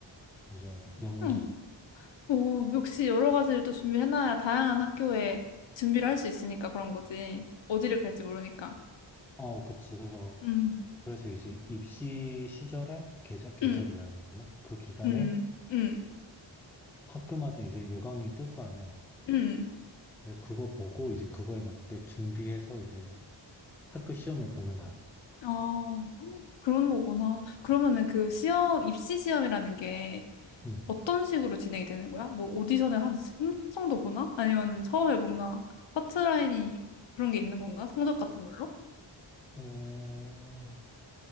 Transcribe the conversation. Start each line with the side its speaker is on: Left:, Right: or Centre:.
Centre: 이제 연기.
Left: 응. 오, 역시 여러 가지를 또 준비해놔야 다양한 학교에 준비를 할 수 있으니까 그런 거지. 어디를 갈지 모르니까.
Centre: 어, 그치. 그래서
Left: 음,
Centre: 그래서 이제 입시 시절에 계절 계절이라고
Left: 응,
Centre: 하나? 그 기간에
Left: 응, 응,
Centre: 학교마다 이제 요강이 뜰 거 아니야.
Left: 응.
Centre: 그래서 그거 보고 이제 그거에 맞게 준비해서 이제 학교 시험을 보는 거야.
Left: 아. 그런 거구나. 그러면은 그 시험, 입시 시험이라는 게
Centre: 음.
Left: 어떤 식으로 진행이 되는 거야? 뭐 오디션을 한3 정도 보나? 아니면은 처음에 뭔가 파트라인이 그런 게 있는 건가? 성적 같은 걸로?
Centre: 어,